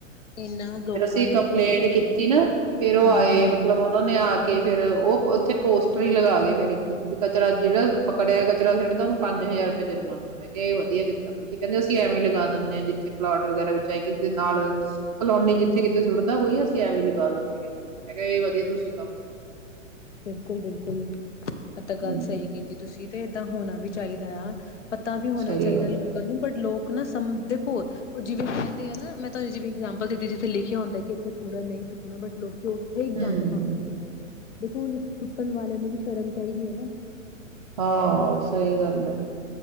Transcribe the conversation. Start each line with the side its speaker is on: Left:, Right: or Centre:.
Left: ਇਹਨਾਂ ਲੋਕਾਂ
Right: ਫਿਰ ਅਸੀਂ
Left: ਦੇ
Right: ਕੰਪਲੇਂਟ
Left: ਵਿੱਚ ਵੀ,
Right: ਕੀਤੀ ਨਾ ਫੇਰ ਉਹ
Left: ਹਾਂਜੀ
Right: ਆਏ
Left: ਹਾਂਜੀ
Right: ਮਤਲਬ ਉਹਨਾ ਨੇ ਆ ਕੇ ਕੇ ਫੇਿਰ ਉਹ ਉੱਥੇ ਪੋਸਟਰ ਹੀ ਲਗਾ ਕੇ ਫੇਿਰ ਇੱਕ ਕਚਰਾ ਜਿਹੜਾ ਪਕੜਿਆ ਤ ਖੇਡਦਾ ਉਹ ਨੂੰ ਪੰਜ ਹਜ਼ਾਰ ਰੁਪਏ ਜੁਰਮਾਨਾ ਮੈਂ ਕਿਹਾ ਇਹ ਵਧੀਆ ਕੀਤਾ ਤੁਸੀਂ ਕਹਿੰਦੇ ਅਸੀਂ ਐਵੇਂ ਲਗਾ ਦਿੰਦੇ ਆਾਂ ਜਿੱਥੇ ਪਲਾਟ ਵਗੈਰਾ ਵਿਚਾਹੇ ਕਿਸ ਦੇ ਨਾਲ ਕਲੋਨੀ ਜਿੱਥੇ ਕਿਤੇ ਸੁੱਟਦਾ ਕੋਈ ਅਸੀਂ ਐਵੇਂ ਲਗਾ ਦਿੰਦੇ ਆ ਕਹਿੰਦੇ ਮੈਂ ਕਿਹਾ ਇਹ ਵਧੀਆ ਤੁਸੀਂ ਕੰਮ ਕੀਤਾ
Left: ਬਿਲਕੁਲ ਬਿਲਕੁਲ ਮ ਤਾਂ ਗੱਲ
Right: ਹਮ
Left: ਸਹੀ ਕੀਤੀ ਤੁਸੀਂ ਤੇ ਏਦਾਂ ਹੋਣਾ ਵੀ ਚਾਹੀਦਾ ਆ ਪਤਾ ਵੀ ਹੋਣਾ
Right: ਸਹੀ
Left: ਚਾਹੀਦਾ
Right: ਗੱਲ
Left: ਲੋਕਾਂ
Right: ਹੈ
Left: ਨੂੰ ਬਟ ਲੋਕ ਨਾ ਸਮਝ ਦੇਖੋ ਜਿਵੇਂ ਕਹਿੰਦੇ ਆ ਨਾ ਮੈਂ ਤੁਹਾਨੂੰ ਜਿਵੇਂ ਇਗਜ਼ਾਮਪਲ ਦਿੱਤੀ ਜਿੱਥੇ ਲਿਖਿਆ ਹੁੰਦਾ ਕਿ ਇੱਥੇ ਕੂੜਾ ਨਹੀਂ ਸੁੱਟਣਾ ਬਟ ਚੌਥੇ ਹੀ
Right: ਹਮ
Left: ਗੰਦ ਪਾਉਂਦੇ ਹਗੇ ਦੇਖੋੁਣ ਸੁੱਟਣ ਵਾਲਿਆਂ ਨੂੰ ਵੀ ਸ਼ਰਮ ਚਾਹੀਦੀ ਹੈ ਨਾ
Right: ਹਾਂ ਸਹੀ ਗੱਲ
Left: ਹਨਾ
Right: ਹੈ